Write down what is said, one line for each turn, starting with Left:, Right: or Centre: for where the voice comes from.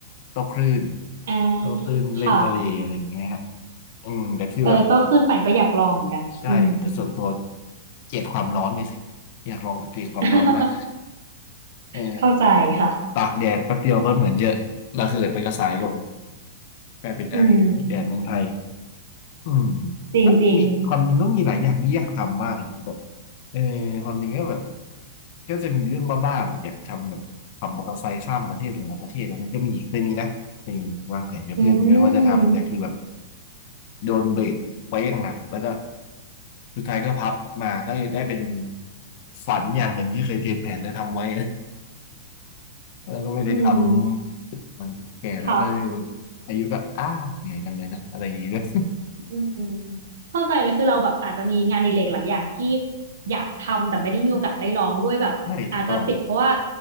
Left: โต้คลื่น
Right: อ่า
Left: โต้คลื่นเล่นทะเลอะไรอย่างเงี้ยฮะ
Right: ค่ะ
Left: อืมแต่คือแบบ
Right: เออโตขึ้นปั่นก็อยากลองเหมือนกัน
Left: ใช่แต่ส่วนตัว
Right: อืม
Left: เกลียดความร้อนเนี่ยสิอยากลองเกลียดความร้อนมาก
Right: <laughs>
Left: เออ
Right: เข้าใจค่ะ
Left: ตากแดดแป๊บเดียวก็เหมือนเยอะระเหิดไปกระสายลมกลายเป็นไอแดดเมืองไทย
Right: อืม
Left: อืม
Right: จริงจริง
Left: ก็มีความจริงก็มีหลายอย่างที่อยากทำมากนะครับแบบเออความจริงก็แบบก็จะมีเรื่องบ้าๆแบบอยากทำแบบขับมอเตอร์ไซค์ข้ามประเทศหลายๆประเทศอันนั้นก็มีเคยมีนะเคยมีวางแผนกับเพื่อนไว้ด้วยว่าจะทำแต่คือแบบ
Right: อืม
Left: โดนเบรกไว้อย่างหนักแล้วก็สุดท้ายก็พับมาก็ได้เป็นฝันอย่างหนึ่งที่เคยเตรียมแผนจะทำไว้ แล้วก็ไม่ได้ท
Right: อืม
Left: ำมันแก่แล้วก็เลย
Right: ค่ะ
Left: อายุก็อ้าเหนื่อยจังเลยนะอะไรอย่างนี้ด้วย
Right: อืมเข้าใจเลยคือเราแบบอาจจะมีงานอดิเรกหลายอย่างที่อยากทำแต่ไม่ได้มีโอกาสได้ลองด้วยแบบอาจจะติดเพราะว่า
Left: <laughs> ใช่ถูกต้อง